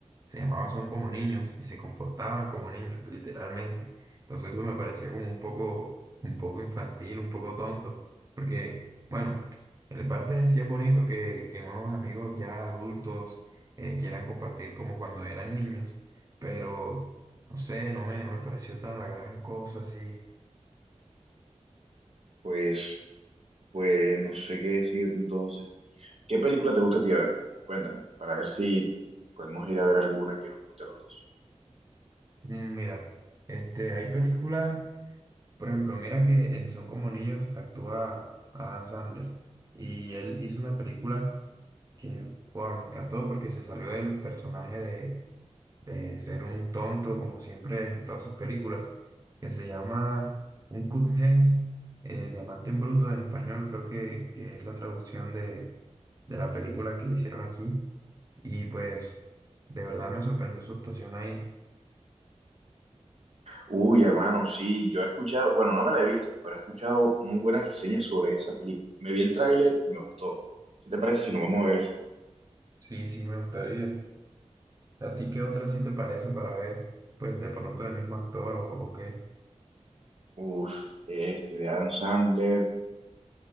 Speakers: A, on the right; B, on the right.
A: se llamaban Son como niños y se comportaban como niños, literalmente. Entonces eso me parecía como un poco, un poco infantil, un poco tonto. Porque, bueno, en parte sí es bonito que, que unos amigos ya adultos eh, quieran compartir como cuando eran niños, pero. No sé, no me, no me pareció tan la gran cosa así.
B: Pues, pues no sé qué decirte entonces. ¿Qué película te gusta a ti a ver? Cuéntame, para ver si podemos ir a ver alguna que nos guste a los dos.
A: Mm, Mira, este, hay películas, por ejemplo, mira que en Son como niños actúa Adam Sandler y él hizo una película que, wow, me encantó porque se salió del personaje de, de ser un tonto, como siempre en todas sus películas, que se llama Un cut hens eh, Diamante en Bruto en español, creo que, que es la traducción de, de la película que le hicieron aquí. Y pues, de verdad me sorprendió su actuación ahí.
B: Uy, hermano, sí, yo he escuchado, bueno, no me la he visto, pero he escuchado muy buenas reseñas sobre esa película. Me vi el tráiler y me gustó. ¿Qué te parece si nos vamos a ver eso?
A: Sí, sí, me gustaría. ¿A ti qué otra sí te parece para ver, pues, de pronto el mismo actor o, o qué?
B: Uf, este, de Adam Sandler,